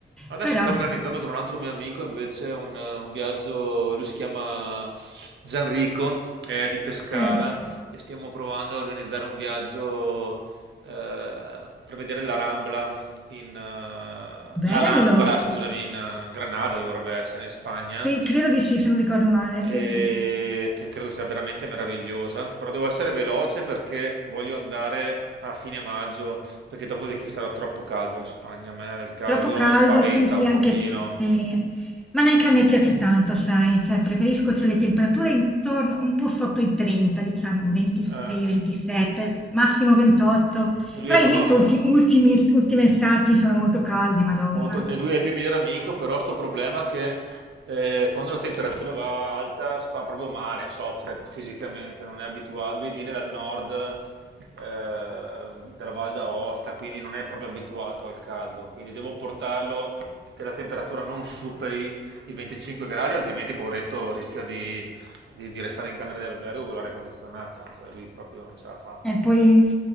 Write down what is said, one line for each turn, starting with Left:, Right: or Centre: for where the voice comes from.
Right: Adesso
Centre: però,
Right: sto organizzando con un altro mio amico invece un, un viaggio, lui si chiama Gianrico, è di Pescara
Centre: eh,
Right: e stiamo provando a organizzare un viaggio eh, per vedere la Rambla, in, eh,
Centre: bello,
Right: l'Alhambra, scusami, in eh, Granada dovrebbe essere, in Spagna,
Centre: Sì, credo di sì se non ricordo male, sì
Right: e
Centre: sì.
Right: che credo sia veramente meravigliosa, però devo essere veloce perché voglio andare a fine maggio perché dopodiché sarà troppo caldo in Spagna. A me il caldo
Centre: Troppo caldo,
Right: spaventa
Centre: sì, sì,
Right: un
Centre: anche
Right: pochino.
Centre: se ma neanche a me piace tanto, sai, cioè preferisco cioè, le temperature intorno un po' sotto i 30, diciamo 26,
Right: eh,
Centre: 27, massimo 28.
Right: e lui
Centre: Però
Right: è proprio
Centre: hai visto ulti- ultimi- ultime estati sono molto calde, Madonna.
Right: molto, e lui è il mio migliore amico, però sto problema che eh, quando la temperatura va alta sta proprio male, soffre fisicamente, non è abituato, lui viene dal nord eh, della Val d'Aosta, quindi non è proprio abituato al caldo, quindi devo portarlo che la temperatura non superi i 25 gradi, altrimenti poveretto rischia di, di- di restare in camera di albergo con l'aria condizionata, cioè lui proprio non ce la fa.
Centre: E poi